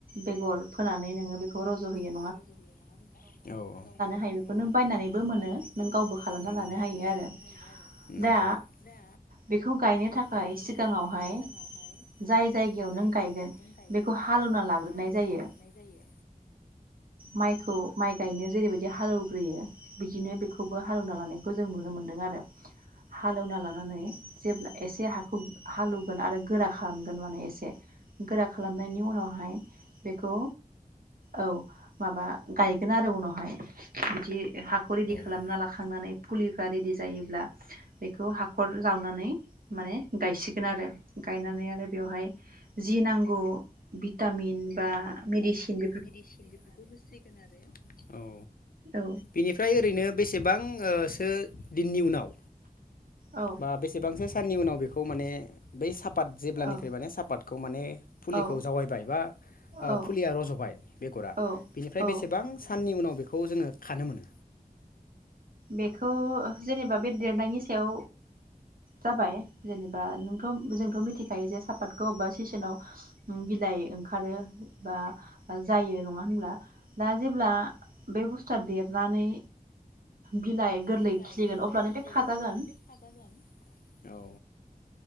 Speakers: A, on the right; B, on the left.
A: बेगर फोना नै नोङो बेखौ रज'होयो
B: रज' होयो नङा होनब्ला औ औ गाव गावनो
A: हायो
B: खालामना
A: बेखौ नों
B: लानो
A: बायनानैबो
B: हायो बेखौफ नों
A: मोनो
B: बायनानैबो
A: नों
B: मोनो
A: गावबो
B: औ
A: खालामना लानो हायो
B: खालामना
A: आरो
B: लानो हायो आरो नोंगौ
A: दा
B: दा
A: बेखौ गायनो
B: बेखौ
A: थाखाय
B: गायनो
A: सिगाङावहाय
B: थाखाय सिगाङावहाय
A: जाय जायगायाव
B: जाय
A: नों गायगोन
B: जायगायाव नों गायगोन
A: बेखौ हालेवना
B: बेखौ
A: लाग्रोनाय
B: हालेवना
A: जायो
B: लाग्रोबाय जायो।
A: माइखौ माइ गायनो जेरैबायदि हालेवग्रोयो बिदिनो बेखौबो हालेवना लानायखौ जों नु <unintelligible> दों आरो हालेवना ला नानै जेब्ला एसे हाखौ हाल एवगोन आरो गोरा खालामगोन माने एसे गोरा खालामनायनि उनावहाय बेखौ औ माबा गायगोन आरो उनावहाय बिदि हाखौ रेदि खालामना
B: बे
A: लाखांनानै फुलिफ्रा रेदि जायोब्ला बेखौ हाखर जावनानै माने गायसिगोन आरो गायनानै आरो बेवहाय जि नांगौ भिटामिन बा मेडिन
B: मेडिसिन बेफोरखौ होसिगोन आरो औ
A: औ
B: बिनिफ्राय ओरैनो बेसेबां आ सो दिननि उनाव
A: औ
B: बा बेसेबांसो साननि उनाव बेखौ खौ माने बै साफ सापात जेब्लानिख्रुइ
A: औ
B: माने सापातखौ माने फुलिखौ
A: औ
B: जावायबाय बा ओ
A: औ
B: फुलिया रजबाय बेगरा
A: औ
B: बिनिफ्राय
A: औ
B: बेसेबां साननि उनाव बेखौ जोङो खानो मोनो
A: बेखौ जेनेबा बे देरनायनि सायाव जाबाय जेनेबा नोंथ जोंथ मिथिखायो जे सापातखौ अबेबा सिसोनाव बिलाइ ओंखारो बा जायो नङा होनब्ला दा जेब्ला बे बुस्थुआ देरनानै बिलाइ गोरलै
B: बिलाइ
A: खिलिगोन
B: गोरलै
A: अब्लानो
B: खिलिगोन
A: बे खाजागोन
B: अब्लानो बे खाजागोन औ